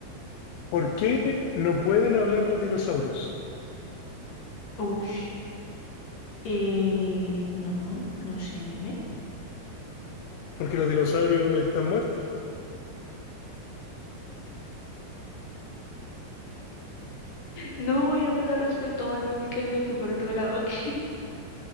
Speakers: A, on the left; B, on the left.
A: ¿Por qué no pueden hablar los dinosaurios?
B: Ush. Eh, no, no sé, dime.
A: Porque los dinosaurios están muertos.
B: No, era por la respuesta más lógica y me fui por otro lado. <laughs> Ok.